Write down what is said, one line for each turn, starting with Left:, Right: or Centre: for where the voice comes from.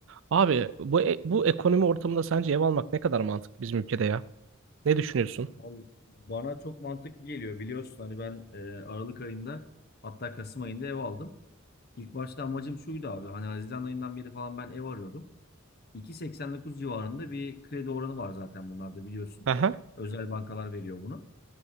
Right: Abi bu e- bu ekonomi ortamında sence ev almak ne kadar mantıklı bizim ülkede ya? Ne düşünüyorsun?
Left: Vallahi Bana çok mantıklı geliyor biliyorsun hani ben e, Aralık ayında hatta Kasım ayında ev aldım. İlk başta amacım şuydu abi hani Haziran ayından beri falan ben ev arıyordum. 2.89 civarında bir kredi oranı var zaten bunlarda biliyorsun.
Right: Aha.
Left: Özel bankalar veriyor bunu.